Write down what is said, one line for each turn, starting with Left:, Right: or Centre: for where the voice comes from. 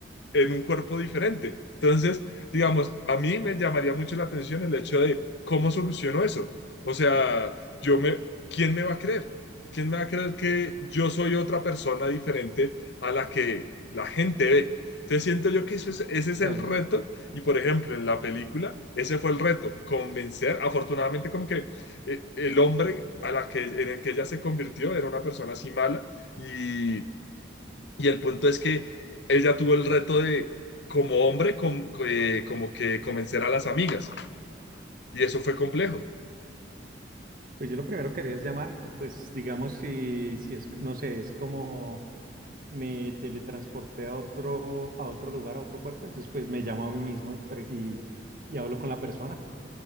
Left: en un cuerpo diferente. Entonces, digamos, a mí me llamaría mucho la atención el hecho de cómo soluciono eso. O sea, yo me, ¿quién me va a creer? ¿Quién me va a creer que yo soy otra persona diferente a la que la gente ve? Entonces siento yo que eso es, ese es
Right: Claro,
Left: el reto y por ejemplo en la película ese fue el reto, convencer, afortunadamente como que eh, el hombre a la que, en el que ella se convirtió era una persona así mala y y el punto es que ella tuvo el reto de, como hombre, com- eh, como que convencer a las amigas. Y eso fue complejo.
Right: pues yo lo primero que haría es llamar, pues digamos si, si es, no sé, es como me teletransporté a otro, a otro lugar, a otro cuerpo, entonces pues me llamo a mí mismo y, pre- y, y hablo con la persona.